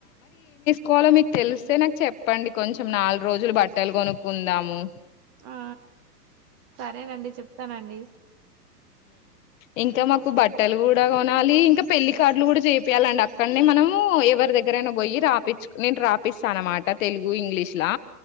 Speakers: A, on the left; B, on the right.
A: కోలో మీకు తెలిస్తే నాకు చెప్పండి కొంచెం నాలుగు రోజులు బట్టలు కొనుక్కుందాము
B: ఆ సరేనండి చెప్తానండి
A: ఇంకా మాకు బట్టలు కూడా కొనాలి ఇంకా పెళ్ళికార్డులు కూడా చేపియాలండి అక్కడనే మనము ఎవరి దగ్గరైనా పోయి రాపిచ్చు నేను రాపిస్తాను అనమాట తెలుగు ఇంగ్లీష్లా